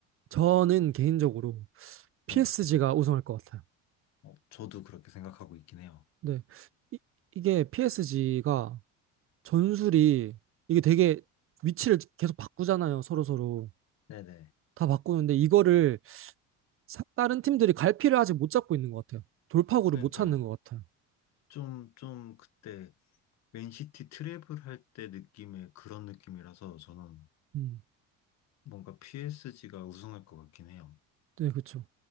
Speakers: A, on the right; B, on the left.
A: 저는 개인적으로
B: 네.
A: PSG가 우승할 것 같아요.
B: 어, 저도 그렇게 생각하고 있긴 해요.
A: 네, 이, 이게 PSG가 전술이 이게 되게 위치를 계속 바꾸잖아요. 서로 서로
B: 네네.
A: 다 바꾸는데 이거를 사- 다른 팀들이 갈피를 아직 못 잡고 있는 것 같아요. 돌파구를
B: 그러니까
A: 못 찾는 것 같아요.
B: 좀, 좀 그때 맨시티 트래블 할 때 느낌의 그런 느낌이라서 저는
A: 음,
B: 뭔가 PSG가 우승할 것 같긴 해요.
A: 네, 그렇죠.